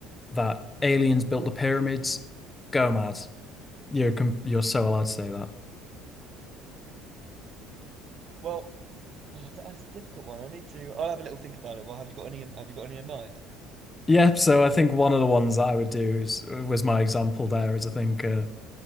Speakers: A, on the left; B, on the right.
A: that aliens built the pyramids, go mad. You're com you're so allowed to say that.
B: Well, oh, that's a difficult one. I need to. I'll have a little think about it. Well, have you got any? Have you got any in mind?
A: Yeah, so I think one of the ones that I would do is was my example there is I think uh,